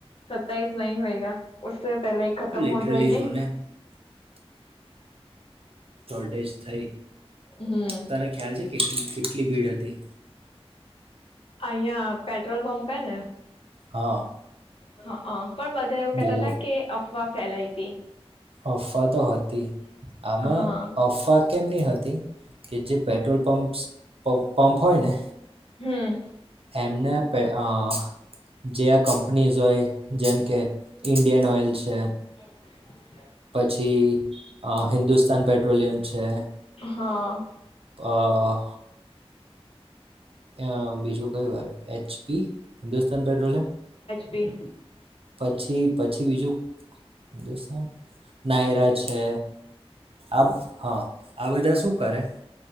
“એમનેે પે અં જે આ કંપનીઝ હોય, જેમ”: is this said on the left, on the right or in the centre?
Right